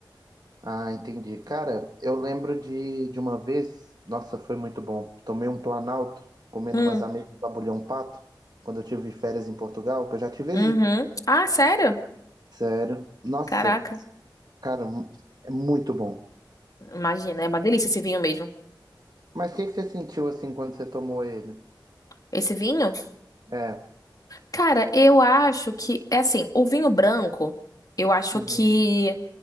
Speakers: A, on the right (about 55°); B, on the left (about 50°).
A: Ah, entendi. Cara, eu lembro de, de uma vez, nossa, foi muito bom. Tomei um Planalto, comendo
B: Hum,
A: umas ameixas de abulhão pato, quando eu tive férias em Portugal, que eu já tive
B: uhum.
A: aí.
B: Ah, sério?
A: Sério. Nossa,
B: Caraca.
A: Cara, mu- é muito bom.
B: Imagina, é uma delícia esse vinho mesmo.
A: Mas o que que você sentiu assim quando você tomou ele?
B: Esse vinho?
A: É.
B: Cara, eu acho que é assim, o vinho branco, eu acho
A: Uhum.
B: que